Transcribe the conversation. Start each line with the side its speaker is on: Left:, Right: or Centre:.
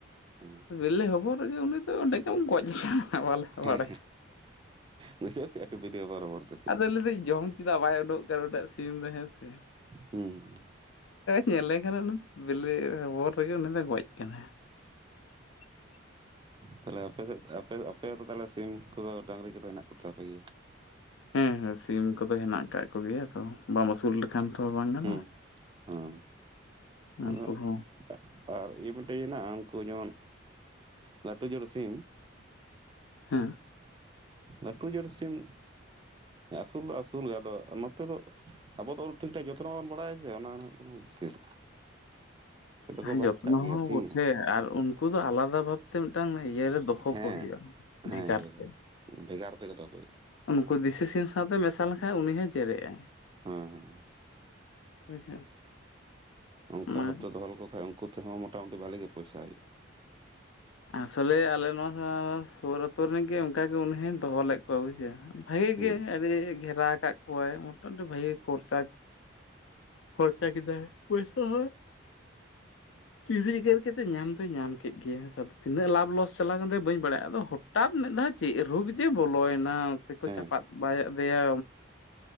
Right: ᱦᱩᱸ
Left: ᱵᱮᱞᱮ ᱦᱚᱵᱚᱨ ᱨᱮᱜᱮ ᱩᱱᱤ ᱫᱚ ᱚᱸᱰᱮ ᱜᱮᱢ ᱜᱚᱡ ᱠᱟᱱᱟ᱾ ᱵᱟᱞᱮ
Right: ᱦᱮᱸ
Left: ᱵᱟᱲᱟᱭᱟ
Right: ᱦᱮᱸ ᱜᱚᱡᱚᱜ ᱜᱮᱭᱟ ᱠᱚ ᱵᱤᱞᱤ ᱚᱵᱚᱨ ᱚᱵᱚᱨ ᱛᱮ᱾
Left: ᱞᱟᱹᱫᱟᱹᱧ ᱡᱚᱢ ᱪᱮᱫᱟᱜ ᱵᱟᱭ ᱩᱰᱩᱠᱚᱜ ᱠᱟᱱᱟ ᱩᱱᱤᱴᱟᱜ ᱥᱤᱢ ᱫᱚ ᱦᱮᱸ ᱥᱮ?
Right: ᱦᱩᱸ
Left: ᱧᱮᱞᱮ ᱠᱟᱱᱟ ᱵᱤᱞᱤ ᱦᱚᱵᱚᱨ ᱨᱮᱜᱮ ᱩᱱᱤ ᱫᱚᱭ ᱜᱚᱡ ᱠᱟᱱᱟᱭ᱾ <unintelligible>
Right: ᱛᱟᱞᱦᱮ ᱟᱯᱮ ᱥᱮᱫ, ᱟᱯᱮ, ᱟᱯᱮ ᱫᱚ ᱛᱟᱞᱦᱮ ᱥᱤᱢ ᱠᱚᱫᱚ ᱰᱟᱝᱨᱤ ᱠᱚᱫᱚ ᱦᱮᱱᱟᱜ ᱠᱚᱛᱟᱯᱮ ᱜᱮᱭᱟ?
Left: ᱦᱮᱸ ᱦᱮᱸ ᱥᱤᱢ ᱠᱚᱫᱚ ᱦᱮᱱᱟᱜ ᱠᱟᱜ ᱠᱚᱜᱮᱭᱟ ᱛᱚ ᱵᱟᱢ ᱟᱹᱥᱩᱞ ᱠᱷᱟᱱ ᱛᱚ ᱵᱟᱝ ᱜᱟᱱᱚᱜ-
Right: ᱦᱩᱸ ᱦᱮᱸ
Left: ᱟ
Right: ᱟᱫᱚ
Left: ᱩᱱᱠᱩ ᱦᱚᱸ
Right: ᱟᱨ ᱤᱭᱟᱹ ᱢᱤᱫᱴᱮᱡ ᱦᱮᱱᱟᱜᱼᱟ ᱩᱱᱠᱩ ᱡᱮᱢᱚᱱ ᱞᱟᱹᱴᱩ ᱡᱟᱲ ᱥᱤᱢ
Left: ᱦᱮᱸ
Right: ᱞᱟᱹᱴᱩ ᱡᱟᱹᱲ ᱥᱤᱢ ᱟᱹᱥᱩᱞ ᱫᱚ ᱟᱹᱥᱩᱞ ᱜᱮ ᱟᱫᱚ ᱱᱚᱛᱮ ᱫᱚ ᱟᱵᱚ ᱫᱚ ᱴᱷᱤᱠ ᱴᱷᱟᱠ ᱡᱚᱛᱱᱚ ᱵᱟᱵᱚᱱ ᱵᱟᱲᱟᱭᱟ ᱥᱮ ᱚᱱᱟ ᱦᱩᱭᱩᱜ ᱠᱟᱱᱟ ᱢᱩᱥᱠᱤᱞ᱾ ᱟᱫᱚ ᱠᱚ
Left: ᱦᱮ
Right: ᱵᱟᱧᱪᱟᱜ
Left: ᱡᱚᱛᱱᱚ
Right: ᱜᱮᱭᱟ
Left: ᱦᱚᱸ
Right: ᱥᱤᱢ
Left: ᱵᱟᱴᱷᱮ ᱟᱨ ᱩᱱᱠᱩ ᱫᱚ ᱟᱞᱟᱫᱟ ᱵᱷᱟᱵᱛᱮ ᱢᱤᱫᱴᱟᱝ ᱤᱭᱟᱹ ᱨᱮ ᱫᱚᱦᱚ
Right: ᱦᱮᱸ
Left: ᱠᱚ ᱦᱩᱭᱩᱜᱼᱟ
Right: ᱦᱮᱸ
Left: ᱵᱷᱮᱜᱟᱨ
Right: ᱦᱳᱭ
Left: ᱛᱮ᱾
Right: ᱦᱳᱭ ᱵᱷᱮᱜᱟᱨ ᱛᱮᱜᱮ ᱫᱚᱦᱚ ᱠᱚ ᱦᱩᱭᱩᱜᱼᱟ
Left: ᱩᱱᱠᱩ ᱫᱤᱥᱤ ᱥᱤ ᱥᱟᱶᱛᱮ ᱢᱮᱥᱟ ᱞᱮᱱᱠᱷᱟᱡ ᱩᱱᱤ ᱦᱚᱸᱭ ᱡᱮᱨᱜᱼ ᱟᱭ᱾
Right: ᱦᱮᱸ ᱦᱮᱸ
Left: ᱵᱩᱡᱷᱟᱹᱣ᱾
Right: ᱚᱱᱠᱟ
Left: ᱚᱱᱟ
Right: ᱵᱷᱟᱵᱛᱮ ᱫᱚᱦᱚ ᱞᱮᱠᱚ ᱠᱷᱟᱡ ᱩᱱᱠᱩ ᱛᱮᱦᱚᱸ ᱢᱚᱴᱟ ᱢᱩᱴᱤ ᱵᱷᱟᱞᱤ ᱜᱮ ᱯᱚᱭᱥᱟ ᱦᱩᱭᱩᱜᱼᱟ
Left: ᱟᱥᱚᱞᱮ ᱟᱞᱮ ᱱᱚᱣᱟ ᱥᱩᱨ ᱟᱹᱛᱩ ᱨᱮᱱᱜᱮ ᱚᱱᱠᱟ ᱜᱮ ᱩᱱᱤ ᱦᱚᱸ ᱫᱚᱦᱚ ᱞᱮᱫ ᱠᱚᱣᱟ ᱵᱩᱡᱷᱟᱹᱣ᱾ ᱵᱷᱟᱜᱮ
Right: ᱦᱩᱸ
Left: ᱜᱮ ᱟᱹᱰᱤ ᱜᱷᱮᱨᱟ ᱠᱟᱜ ᱠᱚᱣᱟᱭ ᱢᱚᱴᱟ ᱢᱩᱴᱤ ᱵᱷᱟᱜᱮ ᱜᱮ ᱠᱚᱨᱥᱟ ᱠᱷᱚᱨᱪᱟ ᱠᱮᱫᱟᱭ ᱯᱚᱭᱥᱟᱹ ᱦᱚᱸ <inaudible> ᱠᱟᱛᱮ ᱧᱟᱢ ᱫᱚᱭ ᱧᱟᱢ ᱠᱮᱫ ᱜᱮ ᱦ ᱛᱤᱱᱟᱹᱜ ᱞᱟᱵᱷ ᱞᱚᱥ ᱪᱟᱞᱟᱣ ᱠᱟᱱ ᱛᱟᱭᱟ ᱵᱟᱹᱧ ᱵᱟᱲᱟᱭᱟ ᱟᱫᱚ ᱦᱚᱴᱟᱛ ᱢᱤᱫ ᱫᱷᱟᱣ ᱪᱮᱫ ᱨᱳᱜ ᱡᱮ ᱵᱚᱞᱚᱭᱱᱟ ᱥᱮ ᱠᱚ
Right: ᱦᱮᱸ
Left: ᱪᱟᱯᱟᱫ ᱵᱟᱭ ᱟᱫᱮᱭᱟ